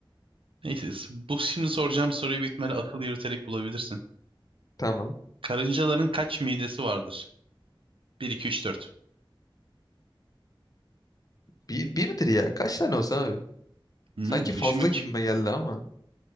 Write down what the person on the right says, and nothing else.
Neyse bu şimdi soracağım soruyu büyük ihtimalle akıl yürüterek bulabilirsin.
Karıncaların kaç midesi vardır? Bir 2 3 4.
Bilmiyorum
bir
düşün bakayım.